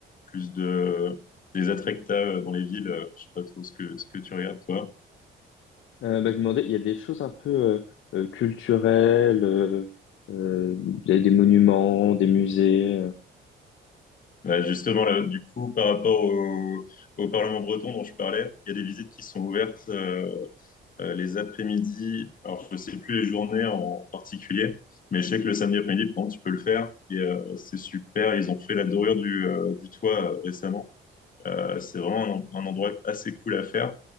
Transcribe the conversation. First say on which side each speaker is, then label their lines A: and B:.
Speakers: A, on the left; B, on the left.
A: plus de des attraits que t'as, euh, dans les villes, euh, je sais pas trop ce que, ce que tu regardes, toi.
B: Euh, bah, je me demandais, il y a des choses un peu euh, euh, culturelles, euh, euh, il y a des monuments, des musées. euh.
A: Bah, justement, là, du coup, par rapport au, au Parlement breton dont je parlais, il y a des visites qui sont ouvertes. euh, euh, les après-midi. Alors, je ne sais plus les journées en particulier, mais je sais que le samedi après-midi, par exemple, tu peux le faire. Et euh, c'est super. Ils ont fait la dorure du, euh, du toit euh, récemment. Euh, c'est vraiment un, un endroit assez cool à faire.